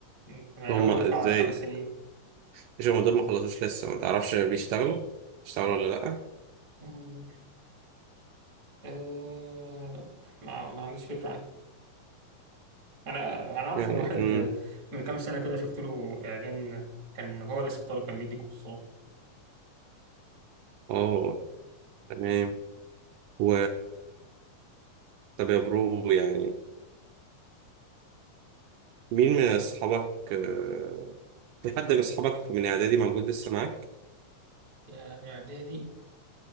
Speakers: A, on the right; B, on the right.
A: يعني أنا
B: هم
A: أول
B: ازاي
A: دفعة خمس سنين
B: مش هم دول ما خلصوش لسه ما تعرفش بيشتغلوا بيشتغلوا ولا لأ
A: مم، آه، لا ما, ما عنديش فكرة عنه أنا أنا أعرف
B: يعني
A: إن واحد
B: امم
A: من كام سنة كده شفت له إعلان كان هو لسه طالب كان بيدي كورسات
B: اه تمام و طب يا برو يعني مين من أصحابك آه، في حد من أصحابك من إعدادي موجود لسه معاك؟
A: يا- يا إعدادي